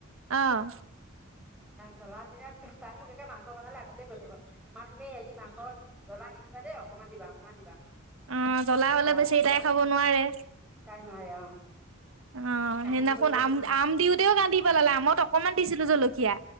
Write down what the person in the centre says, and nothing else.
জ্বলা দিলে তাই মোক একে মাংস বনালে আগতে গৈ থব মা তুমি হেৰি মাংস জলা নিদিবা দেই। অকমান দিবা অকমান দিবা
বাৰে
প্ৰতি
কয়।
তাই নোৱাৰে অ'।
কাঢ়ি
থবলগীয়া নিচিনা
হয়